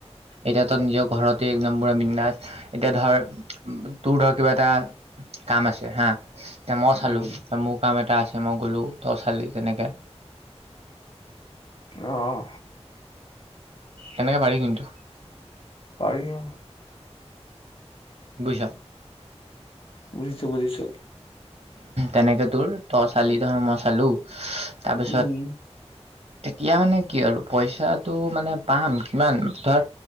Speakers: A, on the right; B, on the left.
A: এতিয়াতো নিজৰ ঘৰতে একদম পুৰা বিন্দাছ এতিয়া ধৰ তোৰ ধৰ কিবা এটা কাম আছে হা এতিয়া মই চালো
B: উম,
A: মোৰ কাম এটা এটা আছে মই গলো তই ছালি তেনেকে
B: অহ
A: হেনেকে পাৰি কিন্তু
B: পাৰিম।
A: বুইছ
B: বুজিছো বুজিছো।
A: তেনেকে তোৰ তই চালি তহ মই চালো তাৰপিছত
B: উম।
A: তেতিয়া মানে কি আৰু পইচাটো মানে পাম কিমান ধৰ